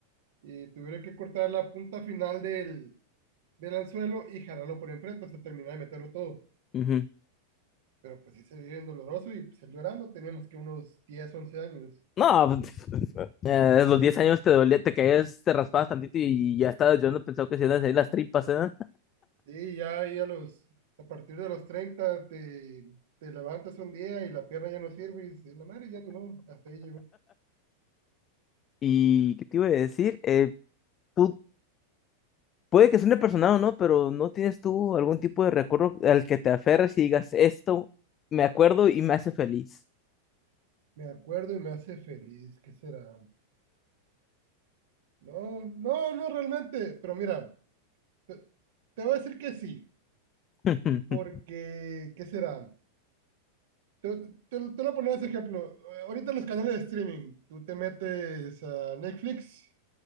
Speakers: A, on the right (about 55°); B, on the left (about 30°).
A: Y tuvieron que cortar la punta final del, del anzuelo y jalarlo por enfrente, o sea, terminar de meterlo todo.
B: ujú.
A: Pero pues sí se ve bien doloroso y pues él llorando, teníamos que unos 10 11 años.
B: No, <laughs> eh, a los diez años te dolía, te caías, te raspabas tantito y ya estabas llorando, pensaba que se iban a salir las tripas, ¿eh?
A: Sí, ya ahí a los, a partir de los 30 te, te levantas un día y la pierna ya no sirve y dices, no madre, ya ni no, hasta ahí llegó.
B: ¿Y qué te iba a decir? Eh, pu- puede que suene personal o no, pero ¿no tienes tú algún tipo de recuerdo al que te aferres y digas, esto me acuerdo y me hace feliz?
A: Me acuerdo y me hace feliz, ¿qué será? No, no, no realmente, pero mira, te, te voy a decir que sí,
B: <laughs>
A: porque, ¿qué será? Te, te, te lo voy a poner ese ejemplo. Eh, Ahorita los canales de streaming, tú te metes a Netflix,